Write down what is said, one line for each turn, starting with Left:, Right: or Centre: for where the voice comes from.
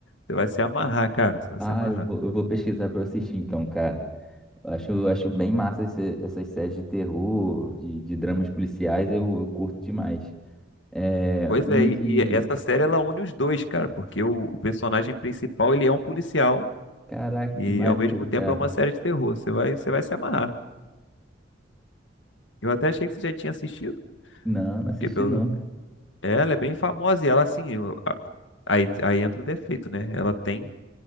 Left: você vai se amarrar, cara. Você vai
Centre: Ah,
Left: se amarrar.
Centre: eu vou, eu vou pesquisar pra eu assistir então, cara. Eu Acho, eu acho bem massa esse- essas séries de terror, de, de dramas policiais, eu, eu curto demais. É,
Left: Pois
Centre: uma
Left: é, e,
Centre: de.
Left: e essa série ela une os dois, cara, porque o, o personagem principal ele é um policial
Centre: Caraca,
Left: e
Centre: que maneiro,
Left: ao mesmo tempo
Centre: cara.
Left: é uma série de terror. Você vai, você vai se amarrar. Eu até achei que você já tinha assistido,
Centre: Não, não assisti
Left: porque pelo...
Centre: não, cara.
Left: é, ela é bem famosa e ela assim, eu- a- aí, aí entra o defeito, né? Ela tem